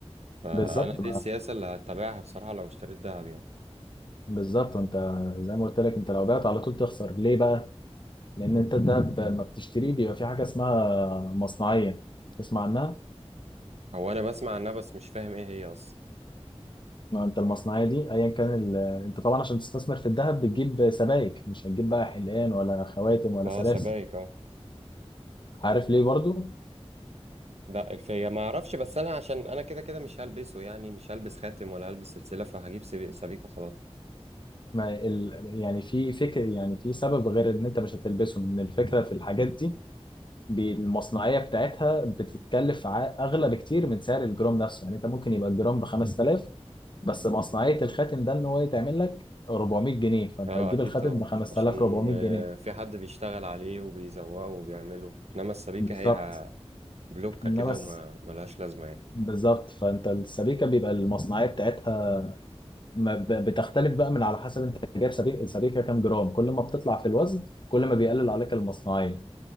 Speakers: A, on the right; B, on the left.
A: فانا
B: بالظبط
A: دي السياسه اللي هتبعها بصراحه لو اشتريت دهب يعني
B: بالظبط انت زي ما قلت لك انت لو بعت على طول تخسر ليه بقى لان انت الذهب ما بتشتريه بيبقى في حاجه اسمها مصنعيه تسمع عنها
A: هو انا بسمع عنها بس مش فاهم ايه هي اصلا
B: ما انت المصنعيه دي ايا كان ال... انت طبعا عشان تستثمر في الذهب بتجيب سبائك مش هتجيب بقى حلقان ولا خواتم ولا
A: اه
B: سلاسل
A: سبائك اه
B: عارف ليه برضو
A: دق فيا ما اعرفش بس انا عشان انا كده كده مش هلبسه يعني مش هلبس خاتم ولا هلبس سلسله فهجيب سبي- سبيك وخلاص
B: ما ال... يعني في فكر يعني في سبب غير ان انت مش هتلبسهم ان الفكره في الحاجات دي بي- المصنعيه بتاعتها بتتكلف ع- اغلى بكتير من سعر الجرام نفسه يعني انت ممكن يبقى الجرام ب 5000 بس مصنعية الخاتم ده ان هو يتعمل لك 400 جنيه فانت
A: اه
B: هتجيب
A: اكيد
B: الخاتم
A: طبعا
B: ب 5400
A: عشان
B: جنيه
A: آه، في حد بيشتغل عليه وبيزوقه وبيعمله انما السبيكة
B: بالظبط
A: هي ع- بلوكة
B: انما
A: كده
B: بس
A: وما ملهاش لازمة يعني
B: بالظبط فانت السبيكة بيبقى المصنعية بتاعتها ما ب- بتختلف بقى من على حسب انت جايب سبيكة السبيكة كام جرام كل ما بتطلع في الوزن كل ما بيقلل عليك المصنعية